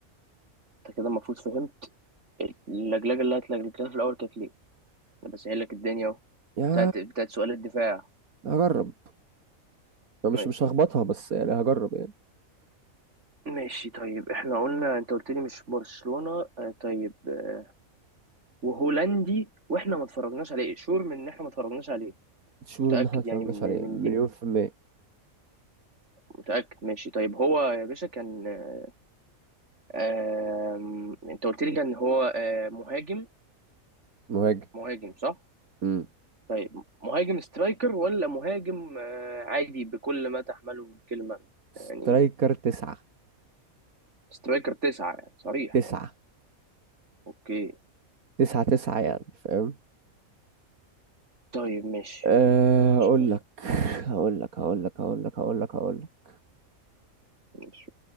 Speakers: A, on the right; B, on the right.
A: انت كده المفروض فهمت اللجلجه اللي هتلجلجها في الاول كانت ليه انا بسهل لك الدنيا اهو
B: يا
A: بتاعت بتاعت سؤال الدفاع
B: هجرب ما مش
A: ماشي
B: مش هخبطها بس يعني هجرب يعني
A: ماشي طيب احنا قلنا انت قلت لي مش برشلونة آه طيب آه، وهولندي واحنا ما اتفرجناش عليه شور من ان احنا ما اتفرجناش عليه
B: شور
A: متأكد
B: ان احنا متفرجناش
A: يعني من
B: عليه
A: من
B: مليون
A: دي
B: في المية
A: متأكد ماشي طيب هو يا باشا كان آه آم، انت قلت لي كان هو آه مهاجم
B: مهاجم
A: مهاجم صح
B: امم
A: طيب مهاجم سترايكر ولا مهاجم آه عادي بكل ما تحمله الكلمة
B: سترايكر
A: يعني
B: تسعة
A: سترايكر تسعة يعني صريح
B: تسعة
A: يعني اوكي
B: تسعة تسعة يعني فاهم
A: طيب ماشي
B: آه،
A: أنا مش
B: اقول
A: فاكر
B: لك
A: ماشي
B: اقول لك اقول لك اقول لك اقول لك اقول لك
A: مش